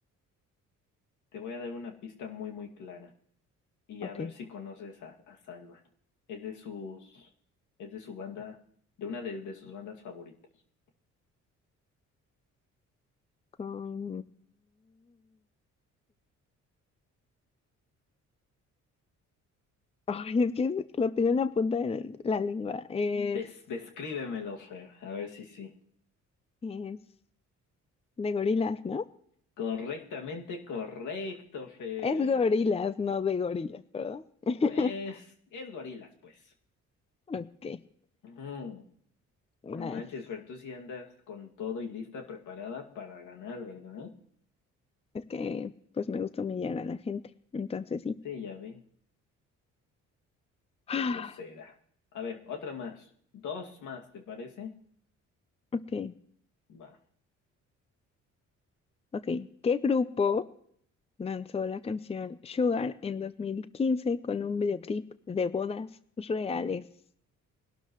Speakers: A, on the left; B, on the left.
A: Te voy a dar una pista muy, muy clara y
B: ok.
A: a ver si conoces a, a Salva. Es de sus, es de su banda, de una de, de sus bandas favoritas.
B: Con... Ay, es que lo tengo en la punta de la lengua. Es,
A: Des- descríbemelo, Fer, a ver si sí.
B: es de gorilas, ¿no?
A: Correctamente correcto, Fer.
B: Es gorilas, no de gorilas, ¿verdad? <laughs>
A: Es, es gorilas, pues.
B: Ok,
A: Ujú.
B: nice.
A: No manches, Fer, tú sí andas con todo y lista preparada para ganar, ¿verdad?
B: Es que pues me gusta humillar a la gente, entonces sí.
A: Sí, ya vi.
B: <gasps>
A: Qué grosera. A ver, otra más. Dos más, ¿te parece?
B: <sighs> Ok,
A: Va.
B: ok. ¿Qué grupo lanzó la canción Sugar en 2015 con un videoclip de bodas reales?